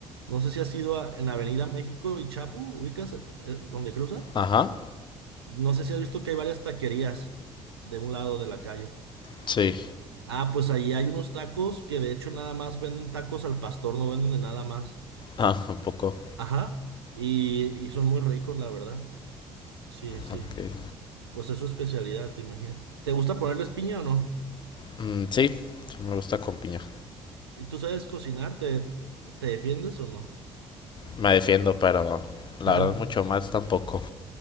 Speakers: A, on the right (about 80°); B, on the left (about 35°).
A: no sé si has ido a- en Avenida México y Chapu, ubicas eh, eh, donde cruzan.
B: Ajá.
A: No sé si has visto que hay varias taquerías de un lado de la calle.
B: Sí.
A: Ah, pues ahí hay unos tacos que de hecho nada más venden tacos al pastor, no venden de nada más.
B: Ah, un poco.
A: Ajá. Y, y son muy ricos, la verdad. Sí, sí.
B: Ok.
A: Pues es su especialidad, te imagino. ¿Te gusta ponerles piña o no?
B: Mm, sí, sí me gusta con piña.
A: ¿Y tú sabes cocinar? ¿Te, te defiendes o no?
B: Me defiendo, pero
A: <laughs>
B: la verdad mucho más tampoco.